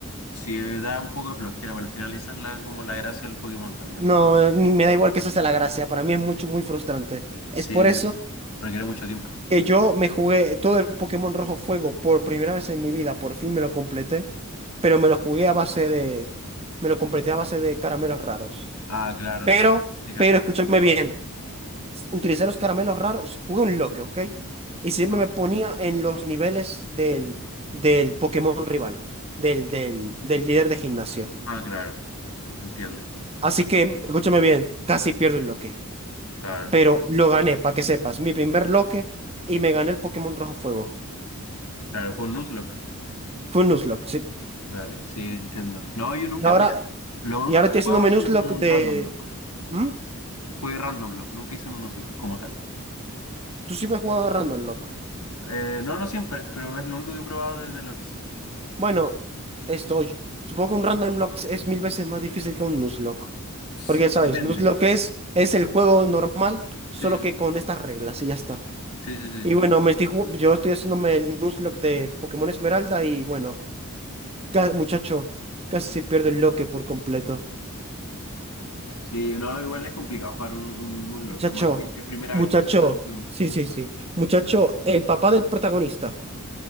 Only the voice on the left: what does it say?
Sí, da un poco de flojera, pero al final esa es la, como la gracia del Pokémon también,
como
que-
sí,
requiere mucho tiempo.
Ah, claro,
sí, te
haces,
¿no?
Ah, claro, entiendo,
claro,
claro, fue un Nuzlocke.
Dale, sí, entiendo. No, yo nunca,
mira, lo
único
que jugaba
ha sido un,
un
random block.
Jugué random block, nunca hice un block como tal.
Eh, no, no siempre, pero es lo único que he probado desde lo que hice.
Sí,
depende.
Sí,
sí, sí, sí,
sí.
Sí, no, igual es complicado jugar un, un, Nuzlocke,
Más si es primera
vez que se juega un juego.